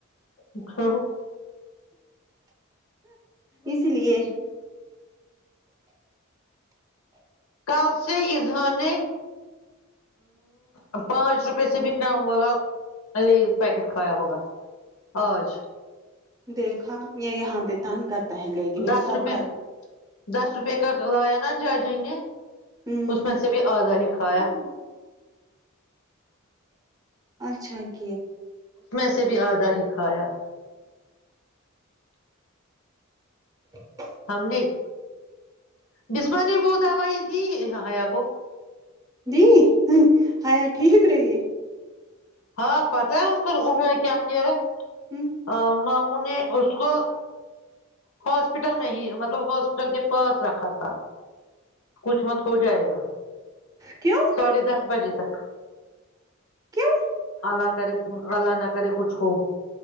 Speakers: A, on the left; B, on the right.
A: اچ ہ
B: اس لیے
A: کل سے اظہا نے ا پانچ روپے سے بھی کم والا لیز پیکٹ کھایا ہوگا آج
B: دیکھا یا یہاں پہ تان کرتا پہن لیکن یہ
A: دس
B: سب
A: روپے
B: ک
A: دس روپئے کا لایا نا جاجی نے
B: ہوں
A: اس میں سے بھی آدھا ہی کھ کایا
B: اچھاک
A: اس سے بھی آدھا ہی کھایا
B: <inaudible>
A: ہم نے بسما نے وہ دوائی دی حیا کو
B: ج ہاں ٹھیک رہیے
A: ہاں پتا ہے ان کو انہوں نے کیا کیا ہے
B: ہے
A: آ م نے اس کو ہاسپٹل میں ہی مطلب ہاسپٹل کے پاس رکھا تھا کچھ مت ہو جائے گا
B: کیوں
A: ساڑھے دس بجے تک
B: کیوں
A: اللہ کر اللہ نہ کر کچھ ہو